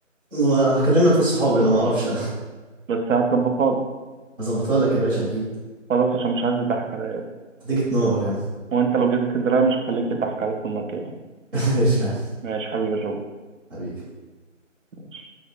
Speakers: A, on the right; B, on the right.
A: ما هكلم لك ناس صحابي انا ما اعرفش
B: بس هتظبطها لي
A: هظبطها لك يا باشا اكيد
B: خلاص عشان مش عايز يضحك عليا
A: هتيجي تنور يا عم
B: وأنت لو جيت اسكندرية مش هخليك يضحك عليك في المكان يعني
A: <laughs> ماشي يا عم
B: ماشي حبيبي يا جو
A: حبيبي
B: ماشي